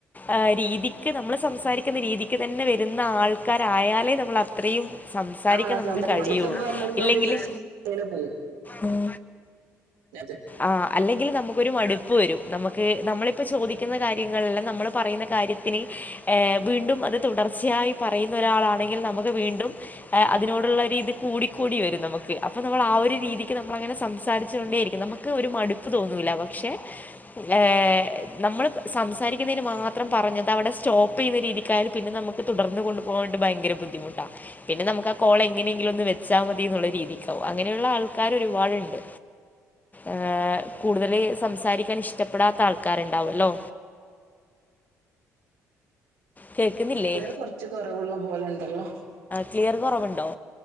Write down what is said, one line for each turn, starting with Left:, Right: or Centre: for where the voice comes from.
Left: ആ രീതിക്ക് നമ്മൾ സംസാരിക്കുന്ന രീതിക്ക് തന്നെ വരുന്ന ആൾക്കാരായാലേ നമ്മൾ അത്രയും സംസാരിക്കാൻ
Right: ആഹ്
Left: നമുക്ക്
Right: സംസാരിച്ച്
Left: കഴിയൊള്ളൂ
Right: കിട്ടുമ്പോ നമുക്ക്
Left: ഇല്ലെങ്കില്
Right: ഒരു ഈസ് അങ്ങനെ പോകും
Left: ഉം
Right: അതെ
Left: ആഹ് അല്ലെങ്കിൽ നമുക്കൊരു മട് പ്പ് വരും നമുക്ക് നമ്മളിപ്പോ ചോദിക്ക്ന്ന കാര്യങ്ങളെല്ലാം നമ്മള് പറയ്ന്ന കാര്യത്തിന് ഏ വീണ്ടും അത് തുടർ ർച്ചയായി പറയ്ന്ന ഒരാളാണെങ്കിൽ നമ്ക്ക് വീണ്ടും എ അതിനോട്ള്ളൊര് ഇത് കൂടിക്കൂടി വരും നമുക്ക് അപ്പൊ നമ്മൾ ആ ഒരു രീതിക്ക് നമ്മൾ അങ്ങനെ സംസാരിച്ചു കൊണ്ടേയിരിക്കും നമ്ക്ക് ഒര് മട്പ്പ് തോന്നൂല്ല പക്ഷെ ഏ നമ്മൾ സംസാരിക്കുന്നേന് മാത്രം പറഞ്ഞ അതവടെ സ്റ്റോപ്പ് ചെയ്യ്ന്ന രീതിക്കായാല് പിന്നെ നമ് തുടർന്ന് കൊണ്ട് പോകാട്ട് ഭയങ്കര ബുദ്ധിമുട്ടാ പിന്നെ നമുക്കാ കോളെങ്ങെനെയെങ്കിലും ഒന്ന് വെച്ചാ മതിന്നുള്ള രീതിക്കാവും അങ്ങനെയുള്ള ആൾക്കാരൊരുപാട്ണ്ട് ഏഹ് കൂടുതല് സംസാരിക്കാൻ ഇഷ്ടപ്പെടാത്ത ആൾക്കാര്ണ്ടാവൊല്ലോ കേൾക്കുന്നില്ലേ
Right: ർ കൊർച്ച് കൊറവ്ള്ള പോലെണ്ടല്ലോ
Left: ക്ലിയർ കുറവുണ്ടോ